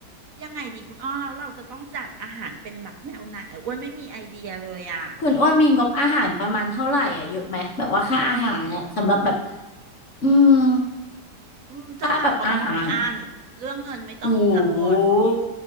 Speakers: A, on the right (about 60°); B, on the left (about 50°).
A: ยังไงดีคุณอ้อเราเราจะต้องจัดอาหารเป็นแบบแนวไหนอ่ะอ้วนไม่มีไอเดียเลยอ่ะอืม
B: คุณอ้วนมีงบอาหารประมาณเท่าไหร่อ่ะเยอะไหม แบบว่าค่าอาหารอ่ะสำหรับแบบอืม
A: อืมเจ้าบ่าวเขาบอกว่าไม่อั้นเรื่องเงินไม่ต้องกังวลอย่างนี้
B: ค่าแบบอาหารโอ้โห